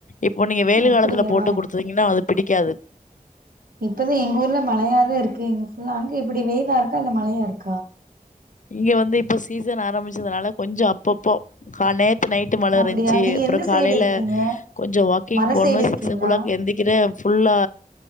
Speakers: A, on the left; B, on the right.
A: இப்போ நீங்க வெயிலு
B: அப்டியா
A: காலத்துல போட்டு குடுத்தீங்கன்னா அது பிடிக்காது
B: இப்பதா எங்க ஊர்ல மழையாதா இருக்கு இங்க ஃபுல்லா அங்க எப்டி வேயிலா இருக்கா இல்ல மழையா இருக்கா
A: இங்க வந்து இப்ப சீசன் ஆரம்பிச்சதுனால கொஞ்சோ அப்பப்போ கால நேத் து நைட்டு மழ
B: அப்டியா
A: இருந்துச்சு
B: நீங்க
A: அப்புற
B: எந்த
A: காலையில
B: சைடு இருக்கீங்க
A: கொஞ்ச வாக்கிங்
B: மல
A: போண்ணு
B: சைடு இருக்கீங்களா
A: சிக்ஸ் ஓ கிளாக் எந்திக்கிற ஃபுல்லா